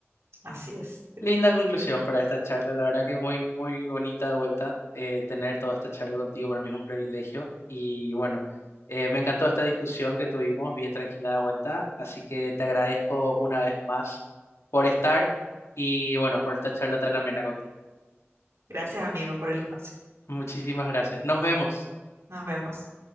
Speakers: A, on the right; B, on the left.
A: Así es.
B: Linda conclusión para esta charla, la verdad que muy, muy bonita de vuelta eh, tener toda esta charla contigo, para mí es un privilegio y bueno, eh, me encantó esta discusión que tuvimos bien tranquila de vuelta, así que te agradezco una vez más por estar y bueno, por esta charla tan amena contigo.
A: Gracias, amigo, por el espacio.
B: Muchísimas gracias. Nos vemos.
A: Nos vemos.